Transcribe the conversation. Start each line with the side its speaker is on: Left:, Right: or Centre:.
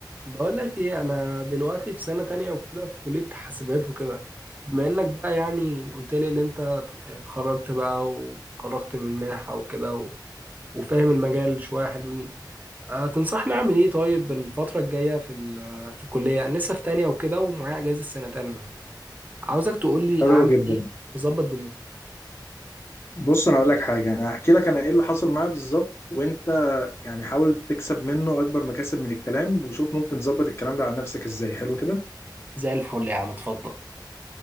Right: بقول لك ايه انا دلوقتي في سنة تانية وكده في كلية حاسبات وكده بما انك بقى يعني قلت لي ان انت ت- اتخرجت بقى وخرجت من منحة وكده و- وفاهم المجال شوية حلوين أه تنصحني اعمل ايه طيب الفترة الجاية في ال- في الكلية انا لسه في تانية وكده ومعايا اجازة سنة تانية يعني عاوزك تقول لي
Left: حلو
Right: اعمل
Left: جدا
Right: ايه واظبط دنيتي
Left: بص انا اقول لك حاجه انا هحكي لك انا ايه اللي حصل معايا بالظبط وانت يعني حاول تكسب منه اكبر مكاسب من الكلام وشوف ممكن تظبط الكلام ده على نفسك ازاي حلو كده
Right: زي الفل يا عم اتفضل